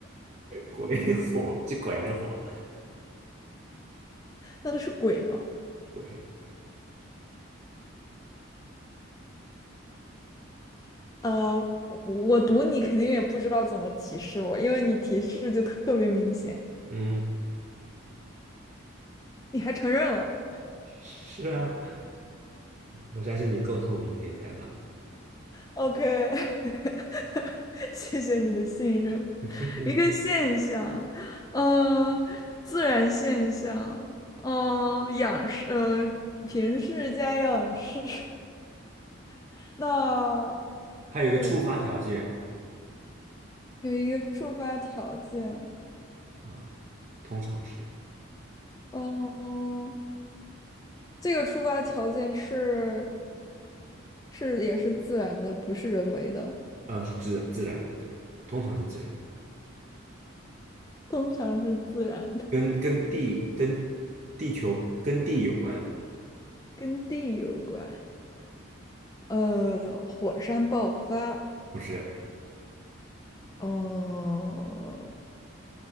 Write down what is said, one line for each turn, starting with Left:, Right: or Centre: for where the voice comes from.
Right: 鬼火，这鬼还是火？
Left: 那都是鬼吗？
Right: 鬼，
Left: 呃，我我读你肯定也不知道怎么提示我，因为你提示就特别明显，
Right: 嗯，
Left: 你还承认了。
Right: 是啊，我相信你够聪明，可以猜到。
Left: OK，<laughs> 谢谢你的信任。
Right: <laughs>
Left: <laughs> 一个现象，嗯，自然现象，嗯、仰视，呃，平视加仰视，<laughs> 那
Right: 还有一个触发条件
Left: 自然有一个触发条件，
Right: 啊、嗯通常是
Left: 嗯、这个触发条件是是也是自然的，不是人为的，
Right: 呃是自自然的，对，通常是自然的
Left: 通常是自然的，
Right: 跟跟地跟地球跟地有关，
Left: 跟地有关，呃，火山爆发，
Right: 不是
Left: 哦